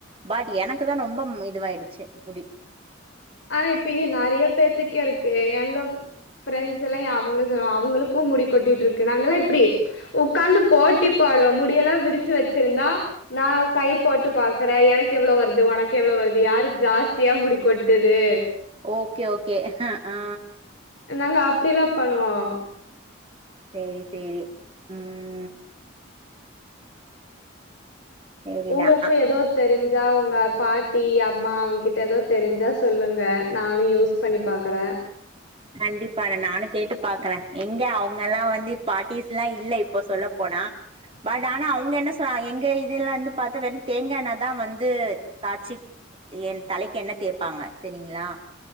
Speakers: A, on the right (about 30°); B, on the left (about 65°).
A: பாட் எனக்கு தான் ரொம்ப இதுவாயிடுச்சு முடி
B: ஆனா இப்ப இது நிறைய பேத்துக்கே இருக்கு எங்க ஃபரெண்ட்ஸ் எல்லாம் அவங்களே சொல்லுவாங்க அவங்களுக்கும் முடி கொட்டிட்டு இருக்கு நாங்கல்லாம் இப்படி உக்காந்து போட்டி போடுவோம் முடியெல்லாம் விரிச்சு வச்சிருந்தா நா கை போட்டு பா க்குற எனக்கு எவ்வளவு வருது உனக்கு எவ்வளவு வருது யாரு ஜாஸ்தியா முடிக்கொட்டுது
A: ஓகே ஓகே ஆ
B: நாங்க அப்டிலா பண்ணுவோம்
A: சேரி சேரி ம் சேரிடா
B: ஒங்களுக்கும் ஏதோ தெரிஞ்சா ஒங்க பாட் டி அம்மா அவங்க கிட்ட ஏதோ தெரிஞ்சா சொல்லுங்க நானும் யூஸ் பண்ணி பாக்குறேன்
A: கண்டிப்பா நானும் கேட்டு பாக்குறேன் எங்க அவங்க எல்லா வந்து பார்டிஸ்ல்லாம் இல்ல இப்போ சொல்ல போனா பட் ஆனா அல்ங்க என்ன சொன் எங்க இதுல வந்து பாத்த வெறும் தேங்கா எண்ணெ தா வந்து காய்சி என் தலைக்கு எண்ணெய் தேபாங்க செரிங்களா